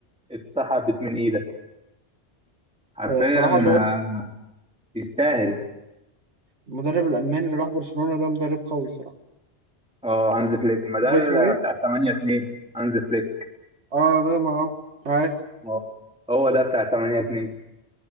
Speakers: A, in the centre; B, on the right.
A: اتسحبت من ايدك حرفيا
B: آه، صراحة اللي هو
A: آه، يستاهل
B: المدرب الألماني اللي راح برشلونة ده مدرب قوي صراحة
A: اه هانز فليك ما ده
B: هو
A: ال-
B: اسمه إيه؟
A: بتاع 8 2 هانز فليك
B: آه ده ما عارف
A: هو هو ده بتاع 8 2